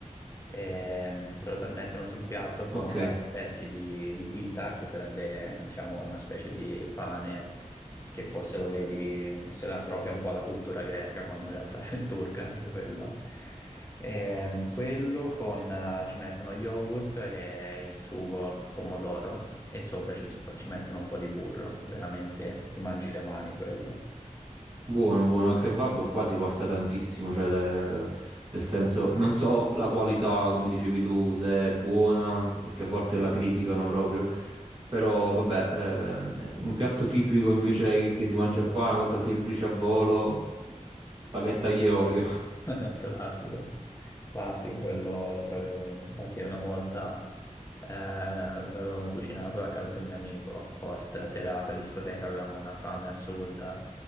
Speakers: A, on the left; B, on the right.
A: Ehm, te lo ta- mettono sul piatto con
B: Ok.
A: pezzi di, di pita, che sarebbe, diciamo, una specie di pane che forse lo vedi, se la appropria un po' alla cultura greca, quando in realtà <laughs> è turca anche quello. Ehm, quello con, eh, ci mettono yogurt e il sugo, il pomodoro, e sopra ci, sp- ci mettono un po' di burro, veramente ti mangi le mani quello.
B: Buono, buono, il kebab qua si porta tantissimo, cioè, de- nel senso, non so la qualità, come dicevi tu, se è buona, perché a volte la criticano proprio, però vabbè, ehm, un piatto tipico invece che si mangia qua, una cosa semplice a volo, spaghetti aglio e olio,
A: <laughs> Classico, classico, quello lo trovi ovunque. Infatti, una volta eh, l'avevamo cucinato a casa del mio amico, post serata, discoteca, avevamo una fame assurda.